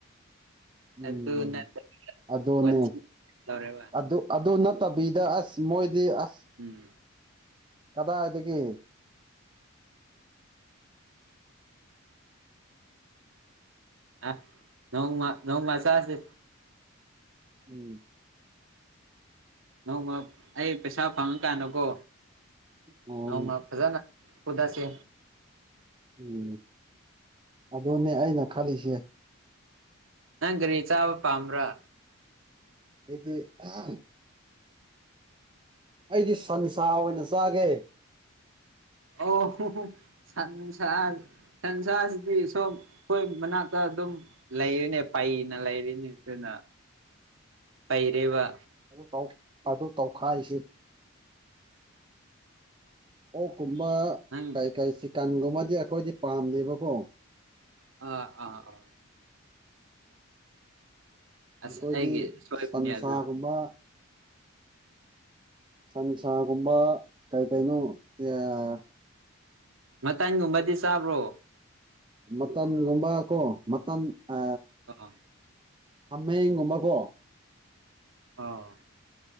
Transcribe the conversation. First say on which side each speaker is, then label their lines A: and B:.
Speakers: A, on the right; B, on the right.
A: <unintelligible>
B: ꯎꯝ ꯑꯗꯨꯅꯦ ꯑꯗꯨ ꯑꯗꯨ ꯅꯠꯇꯕꯤꯗ ꯑꯁ ꯃꯣꯏꯗꯤ ꯑꯁ
A: ꯎꯝ
B: ꯀꯗꯥꯏꯗꯒꯤ
A: ꯑ ꯅꯣꯡꯃ ꯅꯣꯡꯃ ꯆꯥꯁꯦ
B: ꯎꯝ
A: ꯅꯣꯡꯃ ꯑꯩ ꯄꯩꯁꯥ ꯐꯪꯀꯥꯟꯗꯀꯣ
B: ꯎꯝ
A: ꯅꯣꯡꯃ ꯐꯖꯅ ꯎꯗꯁꯦ
B: ꯎꯝ ꯑꯗꯨꯅꯦ ꯑꯩꯅ ꯈꯜꯂꯤꯁꯦ
A: ꯅꯪ ꯒꯥꯔꯤ ꯆꯥꯕ ꯄꯥꯝꯕ꯭ꯔꯥ
B: ꯑꯩꯗꯤ ꯑꯥ ꯑꯩꯗꯤ ꯁꯟꯁꯥ ꯑꯣꯏꯅ ꯆꯥꯒꯦ
A: ꯑꯣꯍꯨꯍꯨ ꯁꯟ <unintelligible> <unintelligible> ꯁꯥꯖꯤꯗꯤ ꯁꯣꯝ <unintelligible> ꯃꯅꯥꯛꯇ ꯑꯗꯨꯝ ꯂꯩꯔꯤꯅꯦ ꯄꯩꯅ ꯂꯩꯔꯤꯅꯦ ꯁꯤꯅ ꯄꯩꯔꯦꯕ
B: ꯗꯨ ꯇꯧ <unintelligible> ꯑꯗꯨ ꯇꯧꯈꯥꯏꯁꯤ ꯑꯣꯛꯀꯨꯝꯕ
A: ꯅꯪ
B: ꯀꯩ ꯀꯩ ꯆꯤꯛꯀꯟꯒꯨꯝꯕꯗꯤ ꯑꯩꯈꯣꯏꯗꯤ ꯄꯥꯝꯗꯦꯕꯀꯣ
A: ꯑ ꯑꯥꯍ ꯑ ꯑꯁ
B: ꯑꯩꯈꯣꯏꯗꯤ
A: ꯑꯩꯒꯤ ꯁꯣꯏꯕꯅꯦ
B: ꯁꯟꯁꯥꯒꯨꯝꯕ
A: ꯑꯗꯨꯗꯤ
B: ꯁꯟꯁꯥꯒꯨꯝꯕ ꯀꯩ ꯀꯩꯅꯣ <unintelligible>
A: ꯃꯇꯟꯒꯨꯝꯕꯗꯤ ꯆꯥꯕ꯭ꯔꯣ
B: ꯃꯇꯝꯒꯨꯝꯕ ꯀꯣ ꯃꯇꯝ ꯑ
A: ꯑ ꯑ
B: ꯑꯃꯦꯡꯒꯨꯝꯕꯀꯣ
A: ꯑ